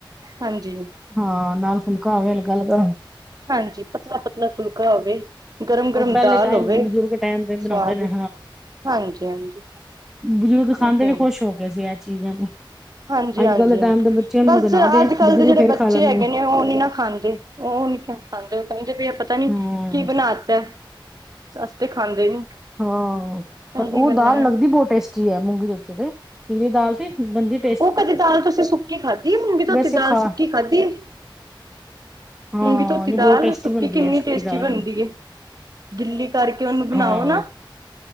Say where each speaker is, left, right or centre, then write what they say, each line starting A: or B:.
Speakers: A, on the right; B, in the centre.
A: ਹਾਂਜੀ।
B: ਹਾਂ, ਨਾਲ ਫੁਲਕਾ ਹੋਵੇ ਹਲਕਾ-ਹਲਕਾ।
A: ਹਾਂਜੀ, ਪਤਲਾ-ਪਤਲਾ ਫੁਲਕਾ ਹੋਵੇ। ਗਰਮ-ਗਰਮ
B: ਉਹ ਪਹਿਲੇ
A: ਦਾਲ
B: ਟਾਈਮ
A: ਹੋਵੇ
B: ਤੇ ਬਜ਼ੁਰਗ ਟਾਈਮ ਤੇ ਬਣਾਉਂਦੇ
A: ਸਵਾਦ
B: ਨੇ
A: ਜੀ ਹਾਂਜੀ, ਹਾਂਜੀ।
B: ਬਜੁਰਗ ਖਾਂਦੇ
A: ਇਹ ਤੇ
B: ਵੀ
A: ਹੈ
B: ਖੁਸ਼ ਹੋ ਕੇ ਸੀ ਐ ਚੀਜਾਂ ਤੇ।
A: ਹਾਂਜੀ,
B: ਅੱਜ
A: ਹਾਂਜੀ
B: ਕੱਲ੍ਹ ਦੇ ਟਾਈਮ ਦੇ ਬੱਚਿਆਂ
A: ਬਾਸ
B: ਨੂੰ ਤੇ ਨਾ
A: ਆਜ-ਕਾਲ
B: ਬਜ਼ੁਰਗ
A: ਦੇ ਜੇੜੇ
B: ਫੇਰ
A: ਬੱਚੇ
B: ਖਾ ਲੈਣਗੇ
A: ਹੈਗੇ ਨੇ, ਓ ਨੀ ਨਾ ਖਾਂਦੇ। ਓ ਨੀ ਖਾਂਦੇ, ਓ ਕੈਂਦੇ ਵੀ ਪਤਾ ਨੀ
B: ਹਮ
A: ਕੀ ਬਨਾਤੈ। ਅਸੀਂ ਤੇ ਖਾਂਦੇ ਨੀ।
B: ਹਾਂ ਪਰ
A: ਇਹੀ
B: ਓ
A: ਗੱਲਾਂ
B: ਦਾਲ
A: ਨਾ
B: ਲਗਦੀ ਬੋਤ ਟੇਸਟੀ ਐ, ਮੂੰਗੀ ਧੋਤੀ ਤੇ, ਪੀਲੀ ਦਾਲ ਤੇ ਬਨਦੀ
A: ਓ ਕਦੇ ਦਾਲ ਤੂਸੀ ਸੁੱਕੀ ਖਾਦੀ ਏ, ਮੂੰਗੀ ਧੋਤੀ
B: ਵੈਸੇ
A: ਦਾਲ
B: ਖਾ
A: ਸੁੱਕੀ ਖਾਦੀ ਏ?
B: ਹਾਂ।
A: ਮੂੰਗੀ ਧੋਤੀ
B: ਨੀ
A: ਦਾਲ
B: ਬਹੁਤ ਟੇਸਟੀ
A: ਸੁੱਕੀ
B: ਬਣਦੀ
A: ਕਿੰਨੀ
B: ਹੈ ਸੁੱਕੀ
A: ਟੇਸਟੀ
B: ਦਾਲ
A: ਬਨਦੀ
B: ਵੀ
A: ਏ। ਗਿੱਲੀ ਕਾਰਕੇ ਓਨੂੰ ਬਨਾਓ
B: ਹਾਂ
A: ਨਾ